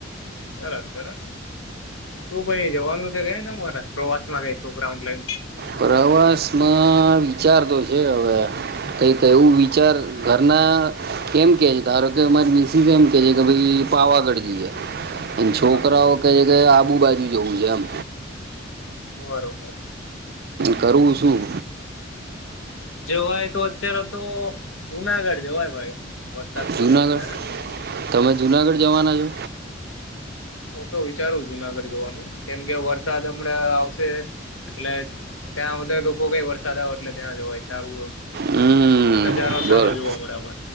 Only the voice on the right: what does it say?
પ્રવાસમાં વિચાર તો છે હવે કઈક એવું વિચાર ઘરના કેમ કે છે ધારો કે મા મારી મિસિસ એમ કે છે કે ભાઈ પાવાગઢ જઈએ અને છોકરાઓ
કહે કે આબુ બાજુ જવું છે એમ
કરું છું
જુનાગઢ
તમે જુનાગઢ જવાના છો
હમમ
બરો